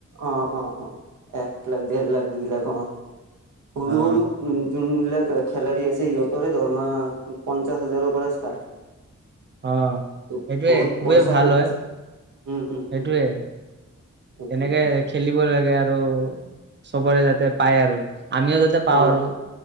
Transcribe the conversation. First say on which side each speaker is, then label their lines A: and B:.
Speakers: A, on the right; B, on the right.
A: অ অ অ, এক লাখ, দেৰ লাখ, দুই লাখ অ', সৰু
B: অ
A: সৰু উ যোনবিলাক খেলাৰী আছে সিহঁতৰে দৰমহা পঞ্চাশ হাজাৰৰ পৰা ষ্টাৰ্ট হয়।
B: অ,
A: ত'
B: এইটোৱে
A: বহুত
B: খুবেই
A: পইচা
B: ভাল
A: বহুত
B: হয়
A: আছে উম উম
B: এইটোৱে।
A: উম সেইটোৱে
B: এনেকে খেলিব লাগে আৰু চবৰে যাতে পায় আৰু। আমিও যাতে পাওঁ
A: অ',
B: আৰু